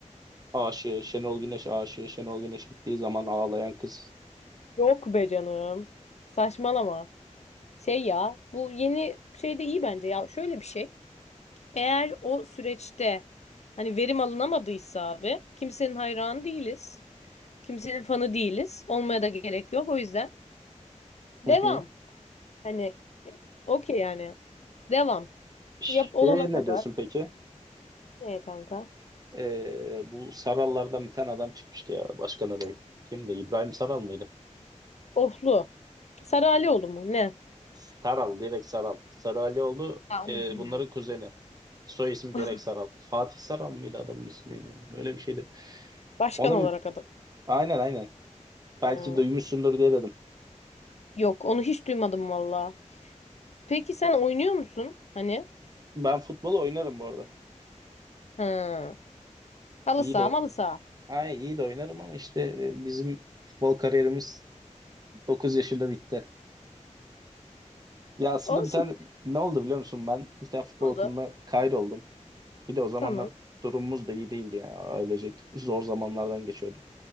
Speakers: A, on the right (about 30°); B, on the left (about 60°).
A: aşığı Şenol Güneş aşığı Şenol Güneş gittiği zaman ağlayan kız.
B: Yok be canım. Saçmalama. Şey ya bu yeni şey de iyi bence ya. Şöyle bir şey. Eğer o süreçte hani verim alınamadıysa abi kimsenin hayranı değiliz. Kimsenin fanı değiliz. Olmaya da gerek yok. O yüzden devam.
A: Hı hı.
B: Hani okey yani. Devam.
A: Şey
B: Yap olana kadar.
A: ne diyorsun peki?
B: Neye kanka?
A: E, bu Sarallardan bir tane adam çıkmıştı ya başkan adayı. Kimdi? İbrahim Saral mıydı?
B: Oflu. Saralioğlu mu? Ne?
A: Saral direkt Saral. Sarı Alioğlu
B: Ya onu
A: e,
B: bilmiyorum.
A: bunların kuzeni. Soy ismi
B: <laughs>
A: direkt Saral. Fatih Saral mıydı adamın ismi? Öyle bir şeydi.
B: Başkan
A: Ona
B: olarak
A: bir
B: adı.
A: aynen aynen.
B: Ha,
A: Belki duymuşsundur diye dedim.
B: Yok onu hiç duymadım valla. Peki sen oynuyor musun? Hani?
A: Ben futbol oynarım bu arada.
B: Ha. Halı
A: İyi
B: saha
A: de
B: malı saha.
A: ay iyi de oynarım ama işte e, bizim futbol kariyerimiz 9 yaşında bitti. Ya aslında
B: Olsun.
A: bir tane ne oldu biliyor musun? Ben bir tane futbol
B: Ne Oldu.
A: okuluna kaydoldum. Bir de o zamanlar
B: Tamam.
A: durumumuz da iyi değildi yani ailecek zor zamanlardan geçiyorduk.